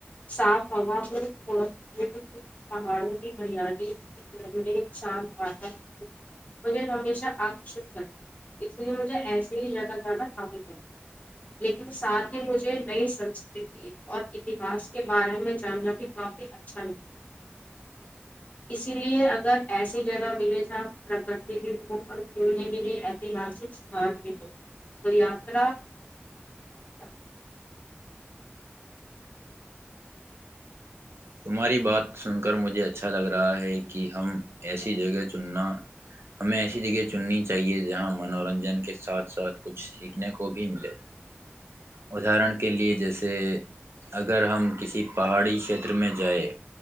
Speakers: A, on the left; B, on the right.
A: صاف ہوا ہو پہاڑوں کی ہریالیان و مجھے ہمیشہ آکش کر اس لیے مجھے ایسے <inaudible> جگہ جافی لیکن ساتھ ہی مجھے نئی سنسکرتی اور اتہاس کے بارے میں جاننا بھی کافی اچھا لگتا اسی لیے اگر ایسی جگہ ملے جا پرکرتی بھی ہو اور کھیلنے کے لیے ایتہاسکان <inaudible> اور یاتایا <inaudible>
B: تمہاری بات سن کر مجھے اچھا لگ رہا ہے کہ ہم ایسی جگہ چننا ہمیں ایسی جگہ چننی چاہیے جہاں منورنجن کے ساتھ ساتھ کچھ سیکھنے کو بھی ملے ادہرن کے لیے جیسے کہ اگر ہم کسی پہاڑی چھیتر میں جائے